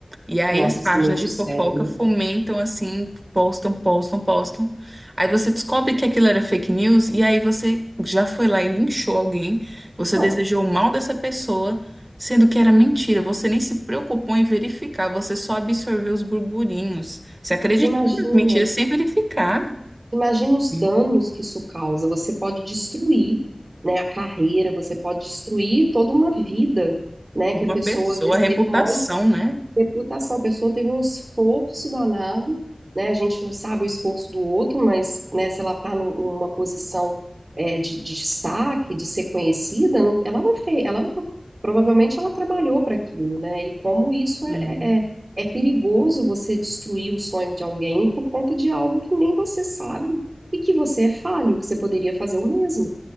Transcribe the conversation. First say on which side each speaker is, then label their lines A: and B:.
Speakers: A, on the right; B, on the right.
A: E aí
B: Nossa,
A: as páginas
B: isso é muito
A: de
B: sério.
A: fofoca fomentam assim, postam, postam, postam. Aí você descobre que aquilo era fake news e aí você já foi lá e linchou alguém, você
B: Não,
A: desejou o mal dessa pessoa, sendo que era mentira. Você nem se preocupou em verificar, você só absorveu os burburinhos. Você acreditou
B: você imagina,
A: nas mentiras sem verificar.
B: imagina os danos
A: De
B: que isso causa. Você pode destruir, né, a carreira, você pode destruir toda uma vida, né? Que
A: Uma
B: a pessoa
A: pessoa,
B: às vezes
A: a reputação,
B: teve maior
A: né?
B: Reputação, a pessoa teve um esforço danado, né? A gente não sabe o esforço do outro, mas, né, se ela está numa posição é, de, de destaque, de ser conhecida, não- ela não fez, ela não- provavelmente ela trabalhou para aquilo, né? E como isso é,
A: Sim.
B: é, é é perigoso você destruir o sonho de alguém por conta de algo que nem você sabe e que você é falho, que você poderia fazer o mesmo.